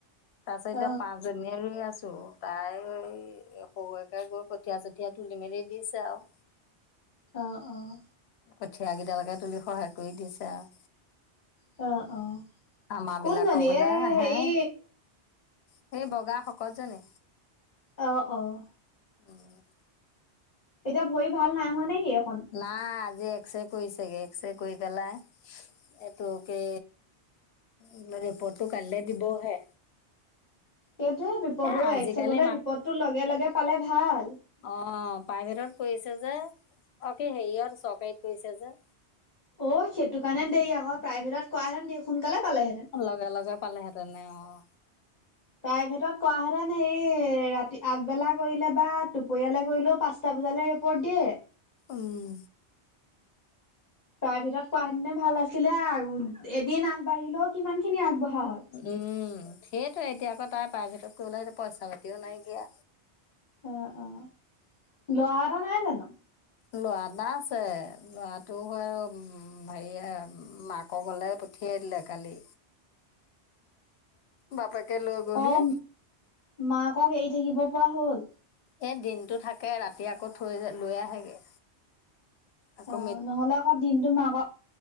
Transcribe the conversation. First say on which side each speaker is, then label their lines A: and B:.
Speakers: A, on the left; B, on the left.
A: তাৰ পাছত এতিয়া
B: অ',
A: পাঁচ- জনীয়ে ৰুই আছো। তাই সৰু একে গৈ কঠীয়া- চঠীয়া তুলি মেলি দিছে আৰু।
B: অহ, অহ।
A: কঠিয়া কেইডালকে তুলি সহায় কৰি দিছে আৰু।
B: অ', অ',
A: আমাৰ
B: কোনজনী
A: বিলাকৰ হ'লে
B: এ
A: আহে।
B: হেৰি
A: সেই বগা শকত জনি?
B: অঁহ -অঁহ।
A: উম।
B: এতিয়া ভৰি ভাল নাই হোৱা নাই নেকি এখন?
A: নাই আজি এক্স ৰে কৰিছেগে, এক্স ৰে কৰি পেলাই- এইটো কি! উম, ৰিপৰ্টটো কাইলে দিবহে।
B: সেইটোৱে বিপদ!
A: এ
B: অঁ,
A: আজিকালি
B: এক চেকেতে ৰিপদতো লগে লগে পালে ভাল।
A: অঁ, প্ৰাইভেটত কৰিছে যে। অঁ, কি! হেৰিত চৰকাৰীত কৈৰিছে যে।
B: অঁ, সেইটো কাৰণে দেই আকৌ। প্ৰাইভেটত কৰা হেঁতেন সোনকালে পালেহেঁতেন।
A: লগে লগে পালেহেঁতেনে অঁহ।
B: প্ৰাইভেটত কৰা হেঁতেন হেৰি ৰাতি -আগবেলা কৰিলে বা দুপৰয়ালৈ কৰিলেও পাঁচ- টা বজাৰলে ৰিপৰ্ট দিয়ে?
A: উমঁ।
B: <unintelligible> প্ৰাইভেটত কৰাহেতিনে ভাল আছিলে আৰু, এদিন আগবাঢ়িলেও কিমান খিনি আগবঢ়া হয়!
A: উম, সেইটোৱে এতিয়া আকৌ তাই প্ৰাইভেটত কৰিবলে পইচা পাতিও নাইকিয়া।
B: অঁ -অঁ, ল'ৰা এটা নাই জানো?
A: ল'ৰা এটা আছে, ল'ৰাটো হয় আৰু হেৰি মাক- মাকৰ ঘৰলে পঠিয়াই দিলে কালি, বাপেকে লৈ গ'লহি।
B: অ', মাকক এৰি থাকিব পৰা হ'ল?
A: এ দিনতটো থাকে ৰাতি আকৌ থৈ -লৈ আহেগে। আকৌ
B: অহ, নহ'লে আকৌ দিনটো মাকৰ -